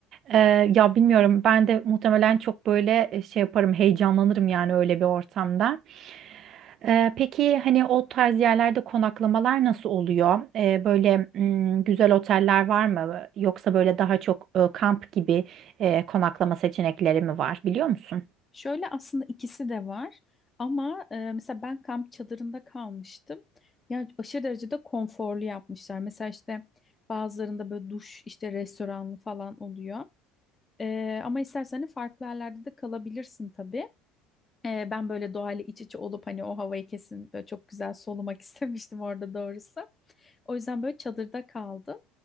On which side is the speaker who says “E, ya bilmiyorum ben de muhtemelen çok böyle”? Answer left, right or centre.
Right